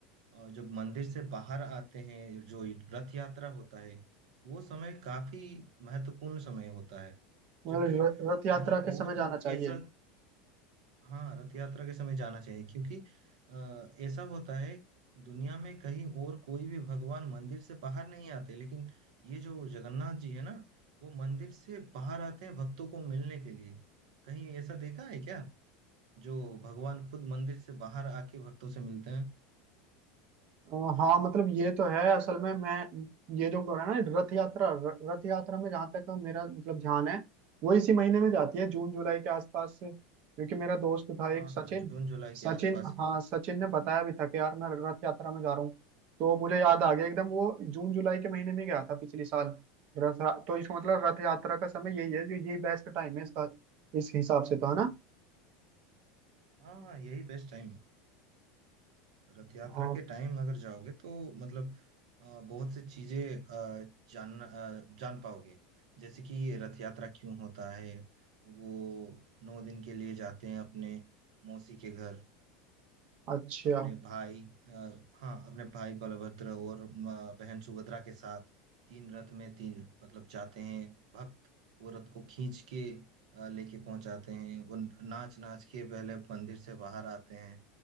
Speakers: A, on the right; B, on the right.
A: अ, जब मंदिर से बाहर आते हैं जो रथ यात्रा होता है वो समय काफी महत्वपूर्ण समय होता है
B: मतलब
A: जबकि
B: र- रथ यात्रा
A: कहीं
B: के समय
A: और
B: जाना चाहिए
A: ऐसा हाँ रथ यात्रा के समय जाना चाहिए क्योंकि अ, ऐसा होता है दुनिया में कहीं और कोई भी भगवान मंदिर से बाहर नहीं आते लेकिन ये जो जगन्नाथ जी है ना वो मंदिर से बाहर आते हैं भक्तों को मिलने के लिए कहीं ऐसा देखा है क्या जो भगवान खुद मंदिर से बाहर आके भक्तों से मिलते हैं
B: अ, हाँ मतलब ये तो है असल में मैं ये जो बोला ना रथ यात्रा र- रथ यात्रा में जहाँ तक मेरा मतलब ध्यान है वो इसी महीने में जाती है जून जुलाई के आसपास क्योंकि मेरा दोस्त था
A: हाँ
B: एक सचिन
A: हाँ जून जुलाई
B: सचिन
A: के आसपास होता
B: हाँ सचिन ने बताया भी था कि यार मैं रथ यात्रा में जा रहा हूँ तो मुझे याद आ गया एकदम वो जून जुलाई के महीने में गया था पिछले साल रथ तो इसका मतलब रथ यात्रा का समय यही है जो ये बेस्ट टाइम है इसका इस हिसाब से तो है ना
A: है हाँ हाँ यही बेस्ट टाइम है। रथ यात्रा
B: और
A: के टाइम अगर जाओगे तो मतलब अ, बहुत सी चीजें अ, जान अ, जान पाओगे जैसे कि रथ यात्रा क्यों होता है वो नौ दिन के लिए जाते हैं अपने मौसी के घर
B: अच्छा
A: अपने भाई आ, हाँ अपने भाई बलभद्र और म- बहन सुभद्रा के साथ तीन रथ में तीन मतलब जाते हैं भक्त वो रथ को खींच के अ, लेके पहुंचाते हैं वो नाच नाच के पहले मंदिर से बाहर आते हैं